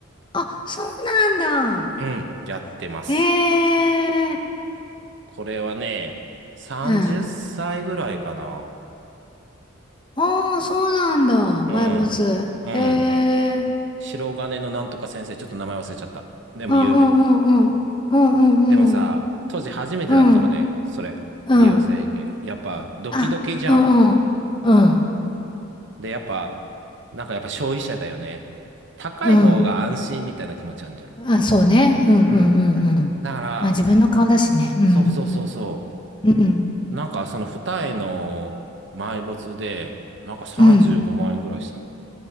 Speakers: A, on the left (about 20°); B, on the right (about 55°).
A: あ、そうなんだ。
B: うん、やってます。
A: ええ
B: これはね、30歳ぐらいかな。
A: うん。ああ、そうなんだ。
B: うん。
A: 埋没。
B: うん。
A: ええ
B: 白金のなんとか先生、ちょっと名前忘れちゃった。でも有名。
A: うんうんうんうん。うんうんうん。
B: でもさ、当時初めてだったのね。
A: うん。
B: それ。
A: うん。
B: 美容整形。やっぱドキドキじゃん。
A: あ、うんうん。うん。
B: で、やっぱ、なんかやっぱ消費者だよね。高い方が安心みたいな気持ちあんじゃん。
A: うん。あ、そうね。うんうんうんうん。
B: うん。だから、
A: まあ自分の顔だしね。うん。
B: そうそうそうそ
A: うん。
B: う。なんかその二重の埋没で、なんか35万円ぐらいしたの。
A: うん。